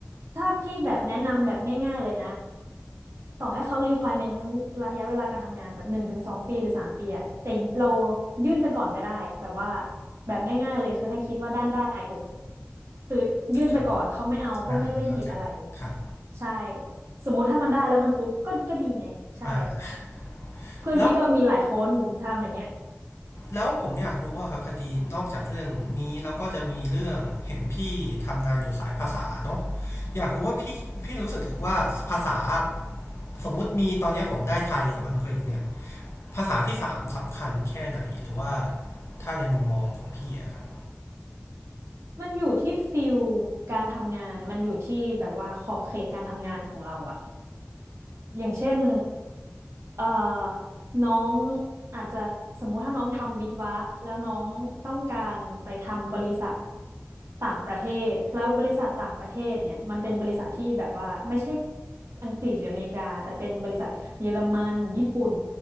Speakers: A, on the right; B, on the left.
A: ถ้าพี่แบบแนะนำแบบง่ายๆเลยนะต่อให้เขา requirement ระยะเวลาการทำงานแบบหนึ่งถึงสองปีหรือสามปีอะแต่เรายื่นไปก่อนก็ได้แบบว่าแบบง่ายๆเลยคือให้คิดว่าด้านได้ IOPS คือยื่นไปก่อนเขาไม่เอาก็ไม่ได้ผิดอะไร
B: ครับอ่าเข้าใจครับ
A: ใช่สมมุติถ้ามันได้แล้วมันฟุกก็ก็ดีไงใช่
B: อ่า
A: เพื่อนพี่ก็มีหลายคนทำอย่างเงี้ย
B: แล้ว แล้วผมอยากรู้ว่าครับพอดีนอกจากเรื่องนี้เราก็จะมีเรื่องเห็นพี่ทำงานอยู่สายภาษาเนาะอยากรู้ว่าพี่พี่รู้สึกว่าภาษาสมมุติมีตอนนี้ผมได้ไทยกับอังกฤษเนี่ยภาษาที่สามสำคัญแค่ไหนหรือว่าถ้าในมุมมองของพี่อะครับ
A: มันอยู่ที่ฟิลการทำงานมันอยู่ที่แบบว่าขอบเขตการทำงานของเราอะอย่างเช่นเอ่อน้องอาจจะสมมุติถ้าน้องทำวิศวะแล้วน้องต้องการไปทำบริษัทต่างประเทศแล้วบริษัทต่างประเทศเนี่ยมันเป็นบริษัทที่แบบว่าไม่ใช่อังกฤษหรืออเมริกาแต่เป็นบริษัทเยอรมันญี่ปุ่น